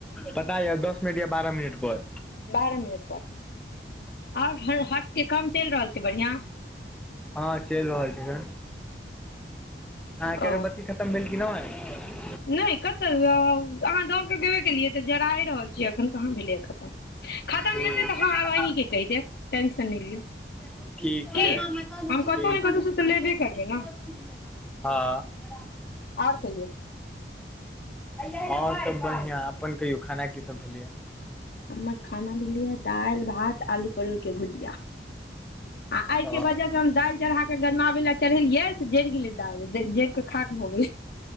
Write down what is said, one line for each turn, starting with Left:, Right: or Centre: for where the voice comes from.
Centre: पता ये दस मिनट या बारह मिनट पर
Left: बारह मिनट पर आओर हर हर्षके के काम चल रहल छै बढ़ियाँ
Centre: हँ चलि रहल छै आहाँ के
Left: ओ
Centre: अगरबत्ती खतम भेल कि नहि
Left: नहि कतहु आहाँ दऽ कऽ गबे केलियै तऽ जराए रहल छियै अखन कहाँ भेलियै खतम खतम
Centre: ठीक
Left: हेतै तऽ हम आब आहिके कहि देब टेंशन नहि लिअ
Centre: ठीक
Left: की हम कतहु
Centre: हँ
Left: ने कतहुसँ तऽ लेबे करबै ने
Centre: <unintelligible>
Left: आओर कहियौ
Centre: हँं सब बढ़िया अपन कहियौ खाना की सब भेलैया
Left: हमर खाना भेलैये दालि भात आलू परोर के भुजिया आ एहि के
Centre: ओ
Left: वजह से हम दाल चरहाके गरमाबै लए चढ़ेलियै से जरि गेलै दालि जरिके खाक भऽ गेलै